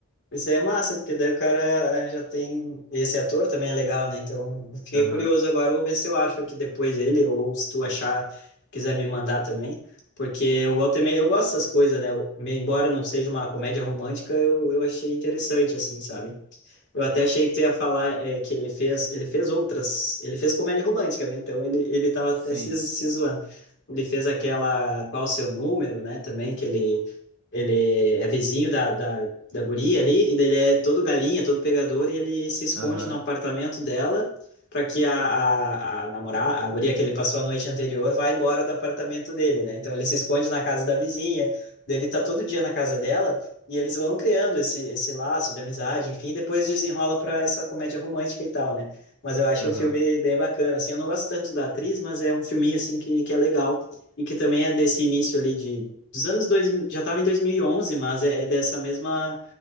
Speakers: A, on the left (about 55°); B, on the right (about 60°).
A: isso aí é massa, porque daí o cara eh, já tem. Esse ator também é legal, né? Então, eu fiquei
B: Aham.
A: curioso agora, eu vou ver se eu acho aqui depois ele, ou se tu achar, quiser me mandar também. Porque eu volto e meia, eu gosto dessas coisas, né? Eu- me- embora não seja uma comédia romântica, eu, eu achei interessante, assim, sabe? Eu até achei que tu ia falar é, que ele fez, ele fez outras, ele fez comédia romântica, né? Então ele, ele tava
B: Sim.
A: até se, se zoando. Ele fez aquela Qual o Seu Número, né? Também que ele, ele é vizinho da, da, da guria ali, e daí ele é todo galinha, todo pegador, e ele se esconde
B: Aham.
A: no apartamento dela para que a, a, a namorada, a guria que ele passou a noite anterior, vá embora do apartamento dele, né? Então ele se esconde na casa da vizinha, daí ele tá todo dia na casa dela. E eles vão criando esse, esse laço de amizade, enfim, e depois desenrola para essa comédia romântica e tal, né? Mas eu acho
B: Aham.
A: o filme bem bacana, assim, eu não gosto tanto da atriz, mas é um filminho, assim, que, que é legal, e que também é desse início ali de, dos anos 2000, já estava em 2011 mas é, é dessa mesma